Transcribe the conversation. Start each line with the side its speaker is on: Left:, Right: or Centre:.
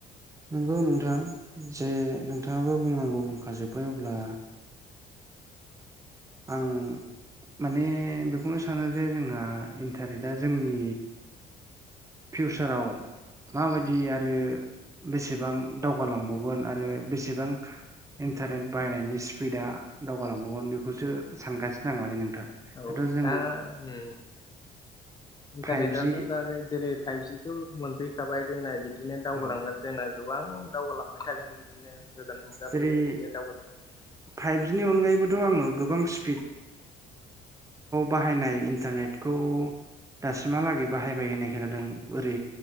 Right: नंगौ नोंथां जे नोंथाङाबो बुंनांगौ बुंखा जोब्बाय अब्ला, आं माने बेखौनो सानो जे जोंहा इन्टारनेटआ जोंनि फिउचाराव, माबायदि आरो बेसेबां दावगालांबावगोन आरो बेसेबां इन्टारनेट बाहायनायनि स्पिडा दावगालांबावगोन बेखौसो सानगासिनो नङा माने नोंथां,
Left: औ
Right: दाथ' जोङो
Left: दा उम इन्टारनेटआथ'
Right: फाइभजि
Left: दा जेरै फाइभजिथ' मोनफैखाबाय जोंना बिदिनो दावगालांगोन
Right: औ
Left: जोंना गोबां दावगालांबाय थागोन बि बिदिनो गोदान मुगा
Right: जेरै
Left: फैगोन बिदिनो दावगोलांगगोन
Right: फाइभजिनि अनगायैबोथ' आङो गोबां स्पिड, बाहायनाय इन्टारनेटखौ, दासिमहालागै बाहायबाय होननाय खोनादों ओरै